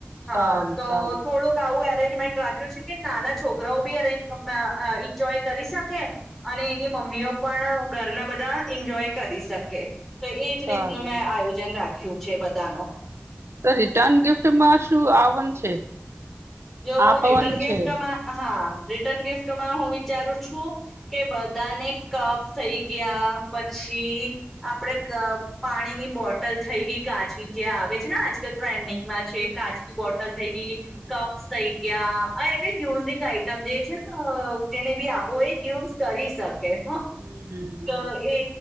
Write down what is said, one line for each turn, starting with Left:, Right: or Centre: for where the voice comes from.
Centre: હા
Right: સારું
Centre: તો
Right: સારું
Centre: થોડુંક આવું એરેન્જમેન્ટ રાખ્યું છે. કે નાના છોકરાઓ બી અરે મઆ આ ઈન્જોય કરી શકે, અને એની મમ્મીઓ પણ ઘરના બધા એન્જોય કરી શકે. તો એ જ
Right: સારું
Centre: રીતનું મેં આયોજન રાખ ખ્યું છે બધા નો
Right: તો રિટર્ન ગિફ્ટમાં શું આવન છે.
Centre: જો હું
Right: આપવન
Centre: રિટર્ન ગિફ્ટમાં
Right: છે
Centre: હા રિટર્ન ગિફ્ટમાં હું વિચારું છું કે બધાને કપ થઈ ગયા પછી આપડે ક પાણીની બોટલ થઈ ગઈ કાચની જે આવે છે ને આજકાલ ટ્રેન્ડિંગમાં છે કાચની બોટ લ થઈ ગઈ.
Right: હમ
Centre: થઇ ગયા. આ એને યુઝિંગ આઈટમ જે છે ને જેને બી આપો એ યુઝ કરી શક કે હો
Right: હમ હમ હમ
Centre: તો એ